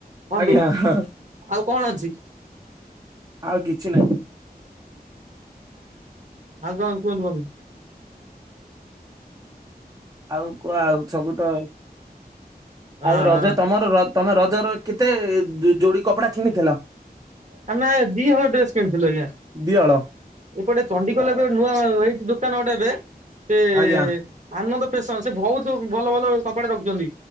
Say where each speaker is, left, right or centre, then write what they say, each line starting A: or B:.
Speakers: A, on the right; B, on the right.
A: ବନ୍ଧୁ
B: ଆଜ୍ଞା ହଁ
A: ଆଉ କଣ ଅଛି।
B: ଆଉ କିଛି ନାହିଁ।
A: ଆଉ କଣ କୁହନ୍ତୁ ବନ୍ଧୁ।
B: ଆଉ କୁହ ଆଉ ସବୁତ
A: ହଁ
B: ଆଉ ରଜ ତମର ର ତମେ ରଜର କେତେ ଯୋଡି କପଡା କିଣିଥିଲ।
A: ଆମେ ଦି ହଳ ଡ୍ରେସ କିଣିଥିଲୁ ଆଜ୍ଞା।
B: ଦିହଳ
A: ଏପଟେ ଚଣ୍ଡିଖୋଲ
B: ଆ,
A: ଏବେ ନୂଆ ହେଇଛି ଦୋକାନ ଗୋଟେ ଏବେ ସେ
B: ଆଜ୍ଞା
A: ଆନନ୍ଦ ସେ ସନ୍ ବିହୁତ ଭଲ ଭଲ କପଡା ରଖୁଛନ୍ତି